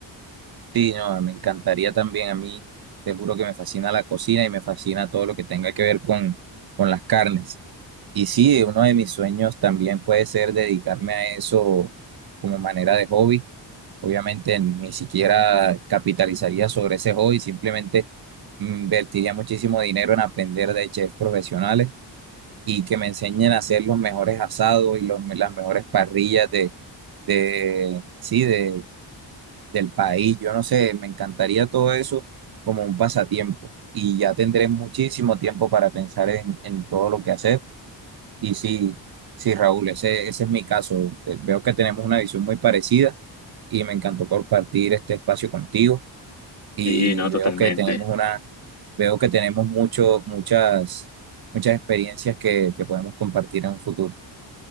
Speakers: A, on the right; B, on the left.
A: Sí, no, me encantaría también a mí, te juro que me fascina la cocina y me fascina todo lo que tenga que ver con, con las carnes. Y sí, uno de mis sueños también puede ser dedicarme a eso como manera de hobby Obviamente ni siquiera capitalizaría sobre ese hobby, simplemente invertiría muchísimo dinero en aprender de chefs profesionales y que me enseñen a hacer los mejores asados y los, las mejores parrillas de, de, sí, de, del país. Yo no sé, me encantaría todo eso como un pasatiempo y ya tendré muchísimo tiempo para pensar en, en todo lo que hacer. Y sí, sí, Raúl, ese, ese es mi caso. Te- Veo que tenemos una visión muy parecida y me encantó compartir este espacio contigo y
B: Sí, no, totalmente.
A: veo que tenemos una, veo que tenemos mucho, muchas, muchas experiencias que, que podemos compartir en un futuro.